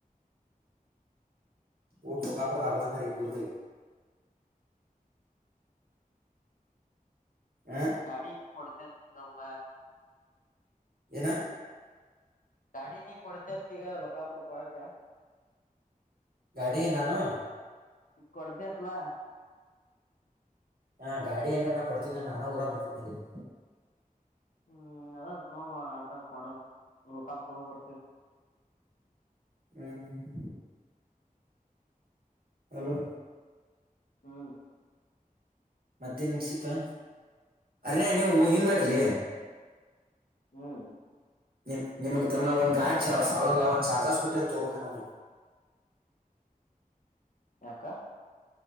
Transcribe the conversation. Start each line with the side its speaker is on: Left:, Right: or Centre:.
Right: ಊಟ ಕಾಪಡದ ಆಗೋದಂಗ್ರ ಈಬುರ್ದ ಈಗ. <unintelligible> ಆ
Left: ಗಾಡಿ ಕೊಡ್ತೇನ್ ತೊಂಬಾ.
Right: ಏನಾ.
Left: ಗಾಡಿ ನೀ ಕೊಡ್ತೇತ್ತೀಗ ಲೋಕಾಪುರ್ ಕೊ ಳಕಾ.
Right: ಗಾಡಿ ನಾನು.
Left: ಕೊಡ್ತಿಎತ್ಲಾ.
Right: ಹಾ ಗಾಡಿ ಏನ್ರೇನಾ ಕೊಡ್ತಿನೆನ್ ನಾನಾ ಊರ ಬರ್ತಿದ್ನೆಲ್ಲಿಗ್.
Left: ಹ್ಮ್ ಅದ ತೊಂಬಾ ಲ್ಯಾಪ್ಟಾಪ್ ನೋಡ ಲೋಕಾಪುರ್ ಹೋ ಬರ್ತಿ.
Right: ಹ್ಮ್ ಹ್ಮ್ ಹ್ಮ್ ಅಲೋ.
Left: ಹ್ಮ.
Right: ಮತ್ತೇನ್ ಇಡ್ಸಿಪಾ ಅರ್ನೇಯ ನೀವು ಹಿಂಗ್ ಮಾಡ್ರಲೇ.
Left: ಹ್ಮ್.
Right: ನಿಮ್ ನಿಮಗ್ ತಮ್ಮ ಒಂದು ಗಾಡ್ ಛೋ-ಸಾಳದ್ ಲಾ ಒಂದು ಚಾರ್ ಜರ್ಸ್ ಸ್ಕೂಟಿಯರ್ ತೊಬೇಕಾ ನೋಡ್ ನೀವ್.
Left: ಯಾಕ.